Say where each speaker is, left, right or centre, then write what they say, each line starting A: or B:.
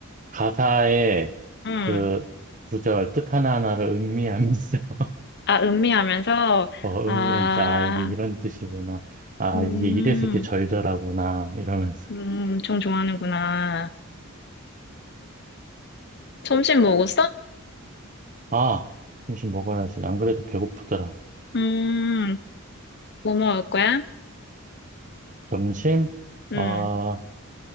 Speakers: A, on the right (about 35°); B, on the left (about 50°).
A: 가사의
B: 음.
A: 그 구절 뜻 하나하나를 음미하면서, <laughs>
B: 아, 음미하면서,
A: 어,
B: 아,
A: 음미하면서, 아, 이게 이런 뜻이구나. 아,
B: 음,
A: 이게 이래서 이렇게 절절하구나. 이러면서.
B: 음, 엄청 좋아하는구나. 점심 먹었어?
A: 아, 점심 먹어야지. 안 그래도 배고프더라.
B: 음, 뭐 먹을 거야?
A: 점심?
B: 음.
A: 아,